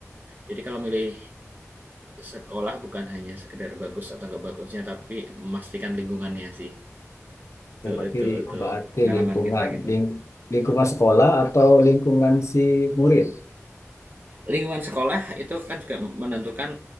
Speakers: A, on the right; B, on the left.
A: Jadi kalau milih sekolah bukan hanya sekedar bagus atau nggak bagusnya, tapi memastikan lingkungannya sih. Itu
B: Ya, berarti
A: itu itu
B: berarti
A: pengalaman
B: lingkungan
A: kita gitu.
B: ling, lingkungan sekolah atau lingkungan si murid.
A: Lingkungan sekolah itu kan juga menentukan,